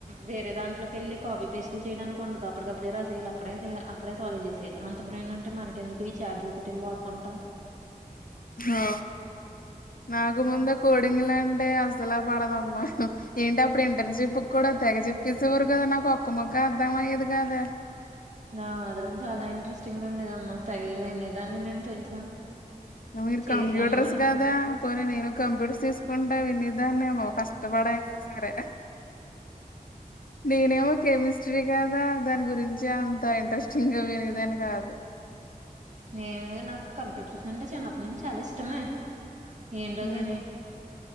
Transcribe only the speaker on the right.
వేరే దాంట్లో కెళ్లి కాపీ పేస్ట్లు చేయడానికి ఉండదు అప్పటికప్పుడే రసేయాలు అక్కడే అక్కడే సాల్వ్ చేసేయాలి అంత బ్రెయిన్ ఉంటే మనకెందుకు ఈ చార్జీబిటీలు వాడుకుంటాం
నా మాత్రం చాలా ఇంట్రెస్టింగ్ ఉండేదమ్మా తెగ వినేదాన్ని నేను తెలుసా
చేశాను
కూడాను
నేను వే నాకు కంప్యూటర్స్ అంటే చిన్నప్పటి నుంచి చాలా ఇష్టమే ఏంటో
గాని